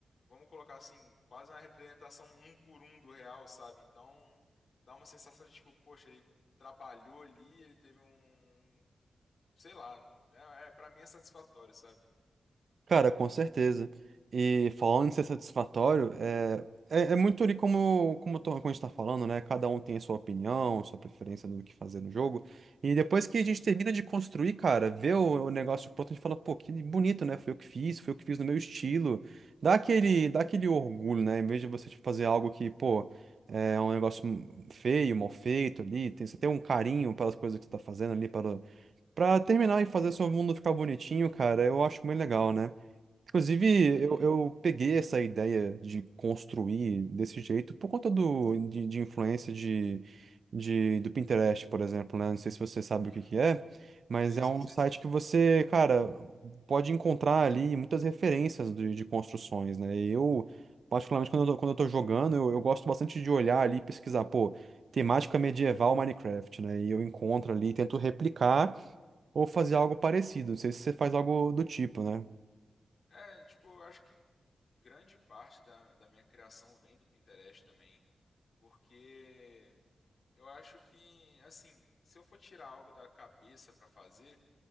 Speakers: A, on the left; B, on the right.
A: vamos colocar assim, quase uma representação um por um do real, sabe? Então dá uma sensação de tipo, poxa, ele trabalhou ali, ele teve um, sei lá, é, é para mim é satisfatório, sabe?
B: Cara, com certeza. E falando em ser satisfatório, é, é, é muito ali como, como, to- como a gente tá falando, né? Cada um tem a sua opinião, sua preferência do que fazer no jogo. E depois que a gente termina de construir, cara, vê o, o negócio pronto, a gente fala, pô, que bonito, né? Foi eu que fiz, foi eu que fiz no meu estilo. Dá aquele, dá aquele orgulho, né? Em vez de você tipo, fazer algo que, pô, é um negócio feio, mal feito ali, tem, você tem um carinho pelas coisas que você tá fazendo ali, para, para terminar e fazer seu mundo ficar bonitinho, cara, eu acho muito legal, né? Inclusive,
A: Uhum,
B: eu, eu peguei essa ideia de construir desse jeito por conta do, de, de influência de, de, do Pinterest, por exemplo, né? Não sei se você sabe
A: uhum.
B: o que que é, mas
A: Sei
B: é
A: sim,
B: um
A: sei
B: site
A: sim.
B: que você, cara, pode encontrar ali muitas referências de, de construções, né? E eu, particularmente, quando eu tô, quando eu tô jogando, eu, eu gosto bastante de olhar ali e pesquisar, pô, temática medieval Minecraft, né? E eu encontro ali, tento replicar ou fazer algo parecido. Não sei se você faz algo do tipo, né?
A: É, tipo, eu acho que grande parte da, da minha criação vem do Pinterest também, porque eu acho que, assim, se eu for tirar algo da cabeça pra fazer